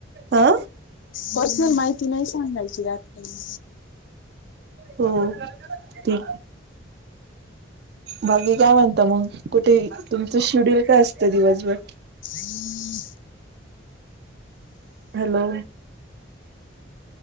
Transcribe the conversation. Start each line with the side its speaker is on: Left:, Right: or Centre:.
Right: हा
Left: पसुन माहिती नाही सांगायची रात काइऽ
Right: हो,, तेऽ बाकी काय म्हणत मग? कुठे, तुमचं शेड्यूल काय असतं दिवसभर?
Left: हम्म,
Right: हॅलो,